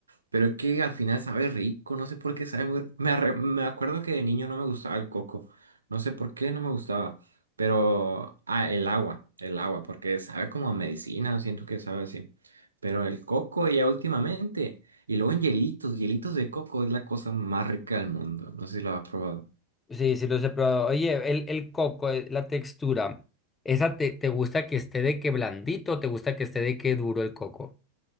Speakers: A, on the right; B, on the left.
A: Pero es que al final sabe rico, no sé por qué sabe muy... Me, arre- me acuerdo que de niño no me gustaba el coco, no sé por qué no me gustaba, pero... Ah, el agua, el agua, porque sabe como a medicina, siento que sabe así. Pero el coco ya últimamente, y luego en hielitos, hielitos de coco es la cosa más rica del mundo, no sé si lo has probado.
B: Sí, sí los he probado. Oye, el, el coco, eh, la textura, ¿esa te, te gusta que esté de que blandito o te gusta que esté de que duro el coco?